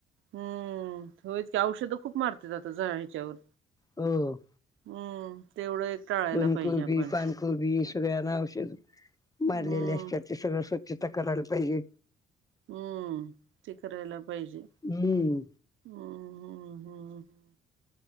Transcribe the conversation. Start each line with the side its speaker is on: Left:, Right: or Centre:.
Right: हम्म होयच की औषधं खूप मारते आात ज ह्याच्यावर
Left: हो हो.
Right: हम्म तेवढं एक टाळायला
Left: फनकुरबी
Right: पाहिजे आपण
Left: पानकुरबी सगळ्यांना औषध मारलेले
Right: हम्म
Left: असतात ते सगळं. चित करराळ <unintelligible>
Right: हम्म ते करायला पाहिजे
Left: हम्म.
Right: हम्म हम्म हम्म